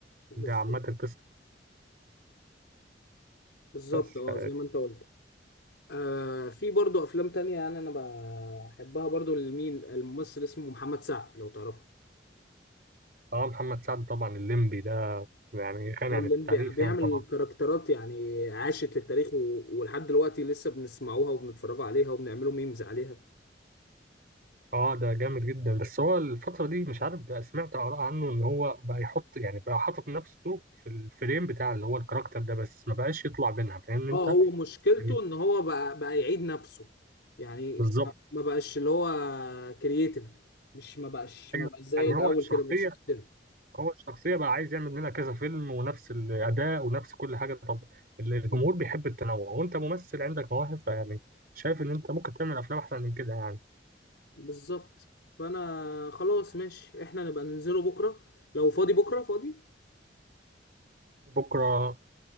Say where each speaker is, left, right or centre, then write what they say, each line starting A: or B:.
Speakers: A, on the left; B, on the right.
A: بالظبط
B: ده عامه القصه
A: بالظبط
B: بس
A: اه
B: ف...
A: زي ما انت قلت آه في برضو افلام تانية يعني انا بحبها برضو لمين الممثل اسمه محمد سعد لو تعرفه
B: اه محمد سعد طبعا الليمبي ده يعني غني
A: اه
B: عن
A: الليمبي
B: التعريف
A: بيعمل
B: يعني طبعا
A: كاركترات يعني عاشت للتاريخ و... ولحد دلوقتي لسه بنسمعوها وبنتفرجوا عليها وبنعملوا ميمز عليها
B: اه ده جامد جدا بس هو الفتره دي مش عارف بقى سمعت اراء عنه ان هو بقى يحط يعني بقى حاطط نفسه في الفريم بتاع اللي هو الكاركتر ده بس ما بقاش يطلع منها فاهم انت
A: اه هو مشكلته
B: يعني
A: ان هو بقى بقى يعيد نفسه يعني
B: بالظبط
A: ما ما بقاش اللي هو كرييتيف مش ما بقاش
B: ايوه
A: ما بقاش زي
B: يعني
A: الاول
B: هو الشخصيه
A: كده مبقاش يختلف
B: هو الشخصية بقى عايز يعمل منها كذا فيلم ونفس الأداء ونفس كل حاجة طب ال- الجمهور بيحب التنوع وأنت ممثل عندك مواهب فيعني شايف إن أنت ممكن تعمل أفلام أحسن من كده يعني
A: بالظبط فانا خلاص ماشي احنا نبقى ننزله بكره لو فاضي بكره فاضي
B: بكرة